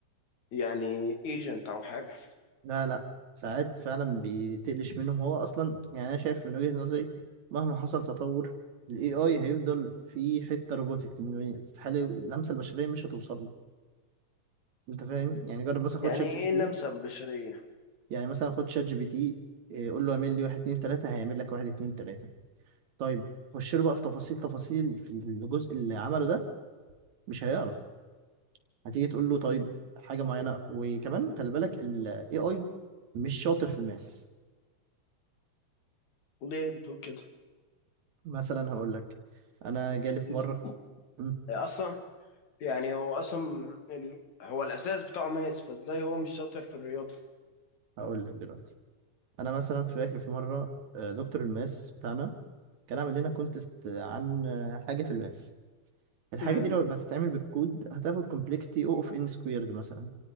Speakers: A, on the left; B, on the right.
A: يعني ايجنت او حاجه
B: لا لا ساعات فعلا بتقلش منهم هو اصلا يعني انا شايف من وجهة نظري مهما حصل تطور الاي اي هيفضل في حته روبوتك استحاله اللمسه البشريه مش هتوصل له انت فاهم يعني جرب مثلا
A: يعني
B: خد شات
A: ايه
B: جي بي تي
A: اللمسه البشريه
B: يعني مثلا خد شات جي بي تي إيه، قول له اعمل لي واحد اتنين تلاته هيعمل لك واحد اتنين تلاته طيب خش له بقى في تفاصيل تفاصيل في الجزء اللي عمله ده مش هيعرف هتيجي تقول له طيب حاجه معينه وكمان خلي بالك الاي اي مش شاطر في الماس
A: ليه بتقول كده
B: مثلا هقول لك انا جالي في
A: إز...
B: مره مم،
A: اصلا يعني هو اصلا ال- هو الاساس بتاعه ماس فازاي هو مش شاطر في الرياضه
B: هقول لك دلوقتي انا مثلا فاكر في مره آه، دكتور الماس بتاعنا كان عامل لنا كونتست عن آه، حاجه في الماس الحاجه
A: مم.
B: دي لو ما تتعمل بالكود هتاخد كومبلكسيتي او اوف ان سكويرد مثلا